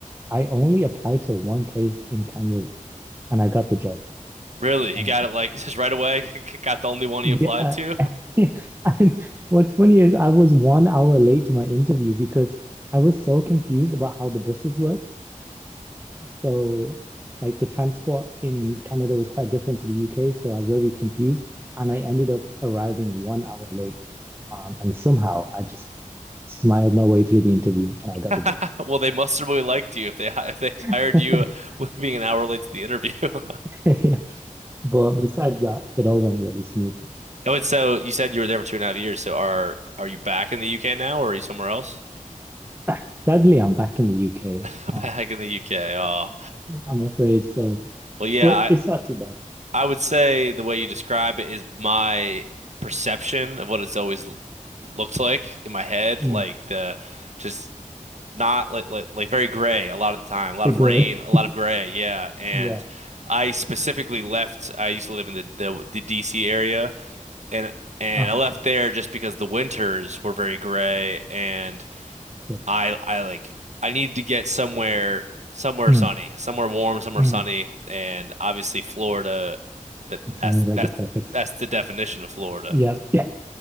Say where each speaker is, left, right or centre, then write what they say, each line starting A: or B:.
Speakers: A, on the right; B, on the right.
A: I only applied to one place in Canada and I got the job.
B: Really, you
A: Um,
B: got it like <laughs> just right away. <laughs> Got the only one
A: yeah,
B: you applied to.
A: Yeah, <laughs> I mean, what's funny is I was one hour late to my interview because I was so confused about how the buses work. So, like, the transport in Canada was quite different to the UK. So, I was very confused. And I ended up arriving one hour late. Um, and somehow I just smiled my way through the interview and I
B: <laughs>
A: got the job.
B: Well, they must have really liked you if they hi- if they hired
A: <laughs>
B: you with being an hour late to the interview. <laughs>
A: Yeah. But besides that, it all went really smooth.
B: Oh, and so you said you were there for two and a half years. So are are you back in the UK now, or are you somewhere else?
A: <laughs> Sadly, I'm back in the UK.
B: <laughs>
A: Um,
B: Back in the UK. Oh,
A: I'm afraid so,
B: well, yeah.
A: but
B: I
A: it's not too bad.
B: I would say the way you describe it is my perception of what it's always l- looked like in my head,
A: Mm,
B: like the just not like like like very gray a lot of the time, a lot
A: the
B: of
A: grey.
B: rain, a lot of gray. Yeah, and
A: <laughs> Yeah.
B: I specifically left. I used to live in the the, the DC area. and and
A: Uh-huh.
B: I left there just because the winters were very gray and
A: Okay.
B: I I like I needed to get somewhere somewhere
A: Mm,
B: sunny, somewhere warm, somewhere
A: mm.
B: sunny, and obviously Florida that
A: It
B: that's
A: sounds like
B: that's
A: the perfect. s-
B: that's the definition of Florida.
A: Yep. <laughs> Yeah.